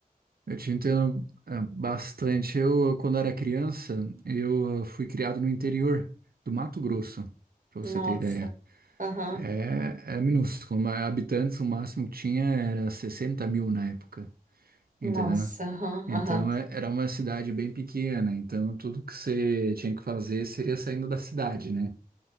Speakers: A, on the right (about 85°); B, on the right (about 60°).
A: Eu te entendo é, bastante. Eu, quando era criança, eu eh, fui criado no interior do Mato Grosso, para você
B: Nossa,
A: ter ideia.
B: aham,
A: É, é minúsculo, mas habitantes, o máximo que tinha era 60 mil na época,
B: nossa,
A: entendeu?
B: aham,
A: Então
B: aham,
A: é- era uma cidade bem pequena, então tudo que você tinha que fazer seria saindo da cidade, né?